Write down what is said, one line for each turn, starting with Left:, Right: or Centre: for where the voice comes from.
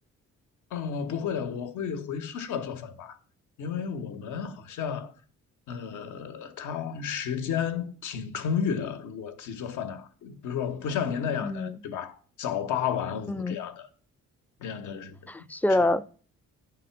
Left: 哦，不会的，我会回宿舍做饭吧，因为我们好像，呃，他时间挺充裕的。如果自己做饭的话，比如说不像您那样的，
Centre: 嗯。
Left: 对吧？早八晚五这样的，
Centre: 嗯。
Left: 这样的是
Centre: 是的，
Left: 是，